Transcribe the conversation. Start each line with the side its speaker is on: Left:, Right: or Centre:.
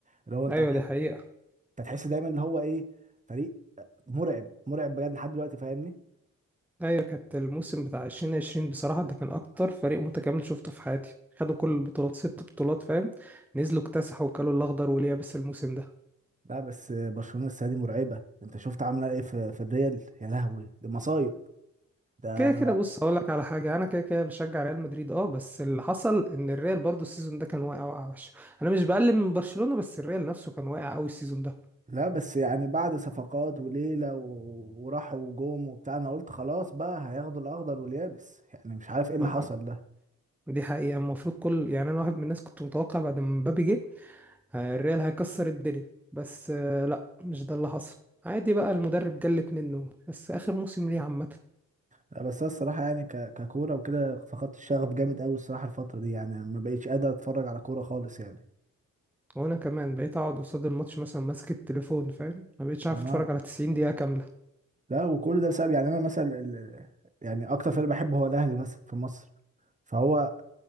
Right: اللي هو انت
Centre: ايوه
Right: هتح-
Centre: دي حقيقة
Right: انت هتحس دايما اللي هو ايه فريق مرعب مرعب بجد لحد دلوقتي فاهمني
Centre: ايوه كانت الموسم بتاع 2020 بصراحة ده كان اكتر فريق متكامل شفته في حياتي خدوا كل البطولات ست بطولات فاهم نزلوا اكتسحوا وكلوا الاخضر واليابس الموسم ده
Right: لا بس برشلونه السنه دي مرعبه انت شفت عامله ايه في في الريال يا لهوي دي مصايب ده
Centre: كده كده بص هقول لك على حاجه انا كده كده بشجع ريال مدريد اه بس اللي حصل ان الريال برضو السيزون ده كان واقع واقع وحش انا مش بقلل من برشلونه بس الريال نفسه كان واقع قوي السيزون ده
Right: لا بس يعني بعد صفقات وليلة و- وراحوا وجوم وبتاع انا قلت خلاص بقى هياخدوا الاخضر واليابس يعني مش عارف ايه اللي
Centre: ما
Right: حصل ده
Centre: دي حقيقه المفروض كل يعني انا واحد من الناس كنت متوقع بعد ما مبابي جه آه، الريال هيكسر الدنيا بس آه، لا مش ده اللي حصل عادي بقى المدرب جلت منه بس اخر موسم ليه عامه
Right: لا بس أنا الصراحة يعني ك... ككورة وكده فقدت الشغف جامد قوي الصراحة الفترة دي يعني ما بقيتش قادر اتفرج على كورة خالص يعني
Centre: وانا كمان بقيت اقعد قصاد الماتش مثلا ماسك التليفون فاهم ما بقتش
Right: اه
Centre: عارف اتفرج على 90 دقيقه كامله
Right: لا وكل ده بسبب يعني انا مثلا ال... يعني اكتر فريق بحبه هو الاهلي مثلا في مصر فهو